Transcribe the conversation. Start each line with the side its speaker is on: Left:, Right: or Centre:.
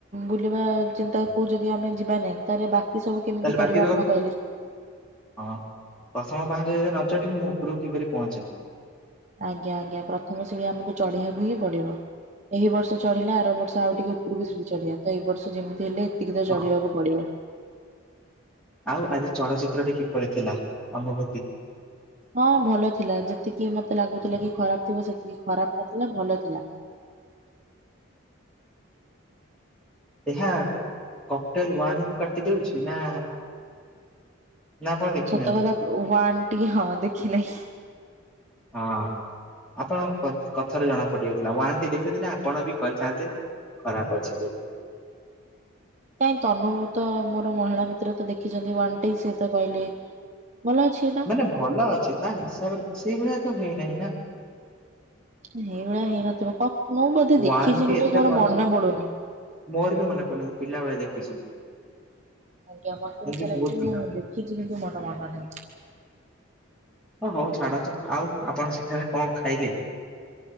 Right: ବୁଲିବା ଚିନ୍ତା କୁ ଯଦି ଆମେ ଯିବା ନାହିଁ ତାହେଲେ ବା- ଏ ସବୁ କେମିତି
Centre: ତାହେଲେ ବାକି
Right: କରିବା
Centre: ତକ
Right: ଆପଣ କହିଲେ?
Centre: ହଁ ପ୍ରଥମ ପାହଁଚ ଯଦି ନ ଚଢିବି ମୁଁ ଉପରକୁ କିପରି ପହଞ୍ଚିବି?
Right: ଆଜ୍ଞା ଆଜ୍ଞା ପ୍ରଥମ ସିଡ଼ି ଆମକୁ ଚଢିବାକୁ ହିଁ ପଡିବ। ଏହି ବର୍ଷ ଚଢିଲେ, ଆର ବର୍ଷ ଆଉ ଟିକେ ଉପରକୁ ଚଢିବା, ତ ଏଇ ବର୍ଷ ଯେମିତି ହେଲେ ଏତିକି ତ
Centre: ହଁ।
Right: ଚଢିବାକୁ ପଡିବ।
Centre: ଆଉ ଆଜି ଚଳଚିତ୍ରଟି କିପରି ଥିଲା ଅନୁଭୂତି?
Right: ହଁ ଭଲ ଥିଲା। ଯେତିକି ମତେ ଲାଗୁଥିଲା କି ଖରାପ ଥିବ, ସେତିକି ଖରାପ ନଥିଲା ଭଲ ଥିଲା।
Centre: ଏହା କକ୍ଟେଲ୍ ୱାନକୁ କାଟି ଦଉଛି ନା? ନା ଆପଣ ଦେଖିନାହାନ୍ତି?
Right: ସତ କଥା ୱାନ୍ ଟିକି, ହଁ ଦେଖି ନେଇ।
Centre: ହଁ ଆପଣ କଥାରୁ ଜଣା ପଡିଯାଉଥିଲା। ୱାନ୍ ଟି ଦେଖିଥିଲେ ଆପଣ ବି କହିଥାନ୍ତେ ଖରାପ ଅଛି ବୋଲି।
Right: ନାହିଁ ତନୁ ତ ମୋର ମହିଳା ମିତ୍ର ତ ଦେଖିଛନ୍ତି ୱାନ ଟି, ସିଏ ତ କହିଲେ ଭଲ ଅଛି। ଏଇଟା
Centre: ମାନେ ଭଲ ଅଛି ତା ହିସାବରେ, ସେଇଭଳିଆ ତ ହେଇନାହିଁ ନା?
Right: ସେଇଭଳିଆ ହେଇନଥିବ, <unintelligible> ମୁଁ ବୋଧେ
Centre: ୱାନ
Right: ଦେଖିଛି
Centre: ଟି
Right: କିନ୍ତୁ
Centre: ଏତେ
Right: ମୋର
Centre: ଭଲ
Right: ମନେ ପଡୁନି।
Centre: ମୋର ବି ମନେ ପଡୁନି, ମୁଁ ପିଲାବେଳେ ଦେଖିଛି।
Right: ଆଜ୍ଞା ମୋତେ
Centre: ମୁଁ
Right: ବି ସେଇଆ
Centre: ବହୁତ
Right: ଲାଗୁଛି
Centre: ପିଲା
Right: ମୁଁ ଦେଖିଛି, କିନ୍ତୁ ମୋର ମନେ ନାହିଁ।
Centre: ହଁ ହଉ ଛାଡନ୍ତୁ, ଆଉ ଆପଣ ସେଠାରେ କଣ ଖାଇଲେ?